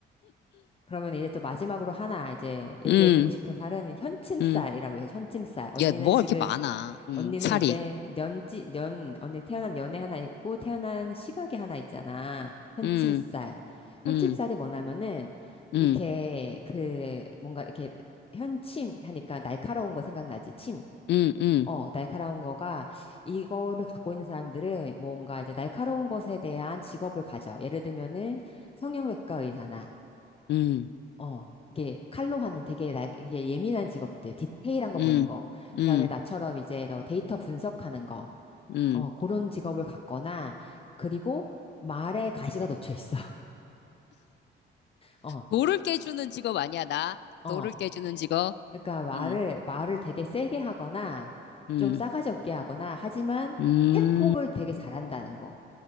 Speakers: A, on the left (about 30°); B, on the left (about 60°).
A: 그러면 이제 또 마지막으로 하나 이제 얘기해주고
B: 음,
A: 싶은 살은 현침살이라고
B: 음.
A: 해서 현침살. 언니는
B: 야, 뭐가
A: 지금,
B: 이렇게 많아. 음,
A: 언니는
B: 살이.
A: 이제 년지, 년, 언니 태어난 연애 하나 있고 태어난 시각이 하나 있잖아. 현침살.
B: 음,
A: 현침살이
B: 음,
A: 뭐냐면은
B: 음,
A: 이렇게 그 뭔가 이렇게 현침 하니까 날카로운 거 생각나지? 침.
B: 음, 음,
A: 어, 날카로운 거가 이거를 갖고 있는 사람들은 뭔가 이제 날카로운 것에 대한 직업을 가져. 예를 들면은 성형외과 의사나
B: 음,
A: 어, 이게 칼로 하는 되게 나, 이게 예민한 직업들, 디테일한 거
B: 음,
A: 보는 거,
B: 음,
A: 그다음에 나처럼 이제 너 데이터 분석하는 거,
B: 음.
A: 어, 그런 직업을 갖거나, 그리고 말에 가시가 놓쳐 있어. <laughs> 어,
B: 돌을 깨주는 직업 아니야, 나.
A: 어.
B: 돌을 깨주는 직업.
A: 그러니까 말을,
B: 음,
A: 말을 되게 세게 하거나,
B: 음,
A: 좀 싸가지 없게 하거나, 하지만
B: 음.
A: 팩폭을 되게 잘한다는 거.